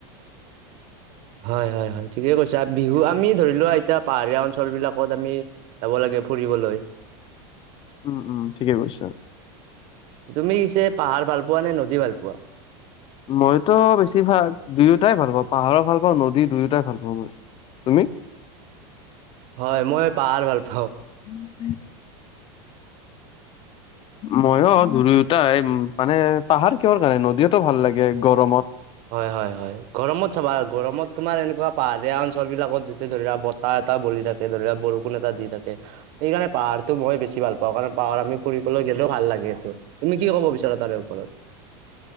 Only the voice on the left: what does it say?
উম উম ঠিকে কৈছে আৰু
মইতো বেছি ভাল দুয়োটাই ভাল পাওঁ পাহাৰৰ ভাল পাওঁ নদী দুয়োটাই ভাল পাওঁ মই তুমি
উম উম মইয়ো দুয়োতাই মানে পাহাৰ কিহৰ কাৰণে নদীয়েতো ভাল লাগে গৰমত